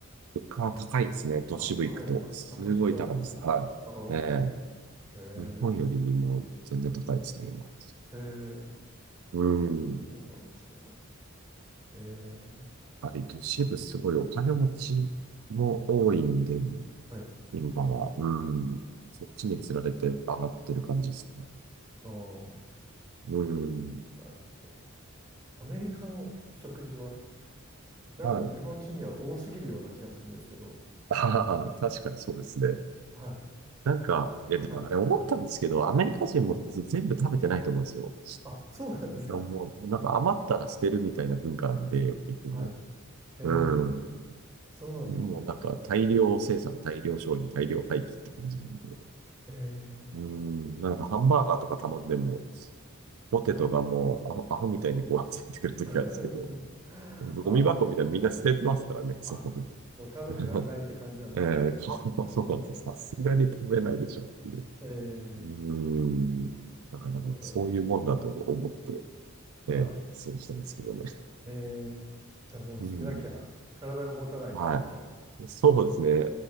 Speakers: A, on the right (about 85°); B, on the right (about 15°).
A: 物価は高いですね。都市部行くと。
B: あ、高いですか。
A: すごい高いです。
B: あ、都市部は高い。
A: はい。
B: ああ、
A: ええ日本よりも全然高いですね、
B: へ
A: 今。
B: え、へえ、
A: うん。
B: そうなんですね。へえ、
A: ぱり都市部すごいお金持ちも多いんで、
B: はい。
A: 今は。うん。そっちに釣られて上がってる感じですね。
B: ああ、
A: うん。
B: なるほどアメリカの食事は、なんか日本人には多すぎるような気がするんですけど。
A: はい。<laughs> ああ、確かにそうですね。
B: はい、
A: なんか、え、でもあれ思ったんですけど、
B: はい。
A: アメリカ人も別に全部食べてないと思うんですよ。
B: あ、そうなんですか。
A: あもう、なんか余ったら捨てるみたいな文化なんで、結局。
B: はい。へえ、
A: うん。
B: そうなんですね。
A: もうなんか大量生産、大量消費、大量廃棄って感じなんで。
B: へえ、
A: うん。なんかハンバーガーとか頼んでも、ポテトがもうアホ、
B: あ、
A: アホみたいにこう、ついてくるときあるんですけど、
B: <laughs> ああ、
A: ゴミ箱みたいにみんな捨ててますからね、
B: じゃ
A: その、
B: あ、あ、もう食べてらんないって感じなんですかね。
A: <laughs> えーこう、そうなんです。さすがに食べないでしょっていう。
B: え
A: うーん。
B: え、
A: だからなんかそういうもんだと思って、
B: そうなんです。
A: えー、
B: あ
A: そうしたんですけどね。
B: えー、じゃあもう捨てなきゃ体が持たない感じですかね。
A: うん。はい。そうですね。